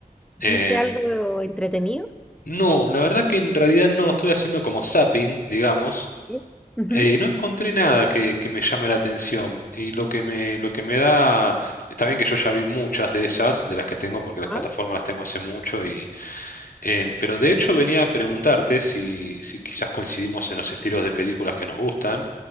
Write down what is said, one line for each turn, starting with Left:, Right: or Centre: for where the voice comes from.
Left: Em,
Centre: ¿viste algo entretenido?
Left: no, la verdad que en realidad no estuve haciendo como zapping, digamos.
Centre: ¿eh? Ujú.
Left: Eh, no encontré nada que, que me llame la atención y lo que me, lo que me da, está bien que yo ya vi muchas de esas, de las que tengo porque las
Centre: ajá,
Left: plataformas las tengo hace mucho y, em, pero de hecho venía a preguntarte si, si quizás coincidimos en los estilos de películas que nos gustan,